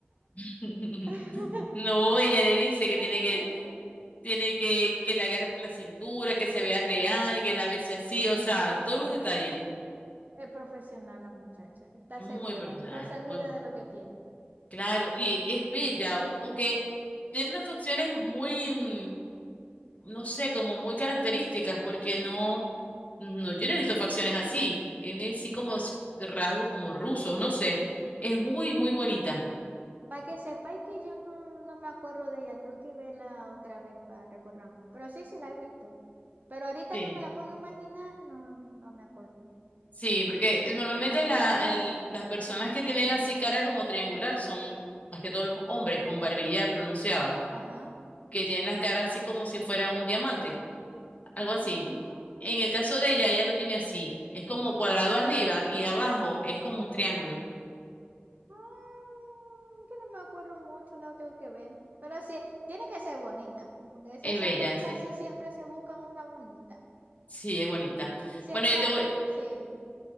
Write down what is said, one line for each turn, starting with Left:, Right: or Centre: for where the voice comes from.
Left: <laughs>
Right: <laughs>
Left: No,
Right: Es
Left: ella le dice
Right: una
Left: que tiene
Right: mentirita.
Left: que Tiene que, que la agarre por la cintura, que se vea real, que la bese así,
Right: Mm,
Left: o sea, todos los detalles.
Right: es profesional la muchacha, está
Left: Muy
Right: segura,
Left: profesional,
Right: está segura
Left: ¿eh? muy bueno.
Right: de lo que tiene.
Left: Claro, y es bella, aunque tiene unas facciones muy, mm, no sé, como muy características, porque no, no, yo no he visto facciones así. Tiene así como s- rasgos como rusos, no sé. Es muy, muy bonita.
Right: Para que sepáis que yo no, no me acuerdo de ella, tengo que verla otra vez para recordarme. Pero sí, sí la he visto. Pero ahorita
Left: Sí.
Right: que me la pongo a imaginar, no, no me acuerdo.
Left: Sí, porque eh, normalmente la, el- las personas que tienen así cara como triangular son más que todos los hombres con barbilla pronunciada.
Right: Ajá.
Left: que tienen la cara así como si fuera un diamante, algo así.
Right: Mm,
Left: En el caso de ella, ella lo tiene así, es como cuadrado arriba y abajo es como un triángulo.
Right: ah, que no me acuerdo mucho, la tengo que ver. Pero sí, tiene que ser bonita, porque esos
Left: Es bella,
Right: hombres
Left: sí.
Right: casi siempre se buscan una bonita.
Left: Sí, es bonita.
Right: Siempre,
Left: Bueno, yo te voy,
Right: sí.